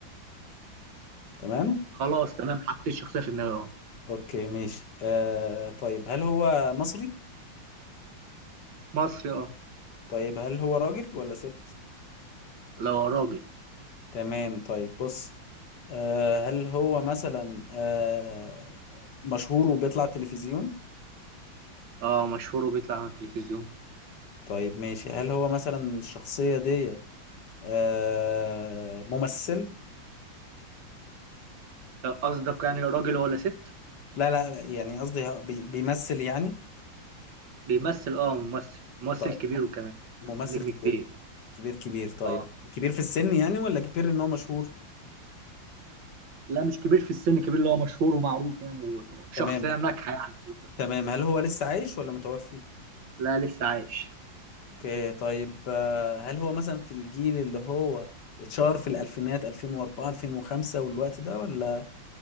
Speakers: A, on the left; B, on the right.
A: تمام
B: خلاص تمام حطيت الشخصية في دماغي اه
A: اوكي ماشي آه طيب هل هو مصري
B: مصري اه
A: طيب هل هو راجل ولا ست
B: لو راجل
A: تمام طيب بص آه هل هو مثلا آه مشهور وبيطلع التلفزيون
B: اه مشهور وبيطلع على التلفزيون
A: طيب ماشي هل هو مثلا الشخصية دي آه ممثل
B: آه، قصدك يعني راجل ولا ست
A: لا لا لا يعني قصدي هو بي- بيمثل يعني
B: بيمثل اه ممثل ممثل
A: طيب
B: كبير وكمان
A: ممثل
B: بس نجم
A: كبير
B: كبير
A: كبير كبير طيب
B: اه
A: كبير في السن يعني ولا كبير ان هو مشهور
B: لا مش كبير في السن كبير اللي هو مشهور ومعروف يعني و- وشخصية
A: تمام
B: ناجحة يعني في وسط الفن.
A: تمام هل هو لسه عايش ولا متوفي
B: لا لسه عايش
A: اوكي طيب آه، هل هو مثلا في الجيل اللي هو اتشهر في الالفينات 2004 2005 والوقت ده ولا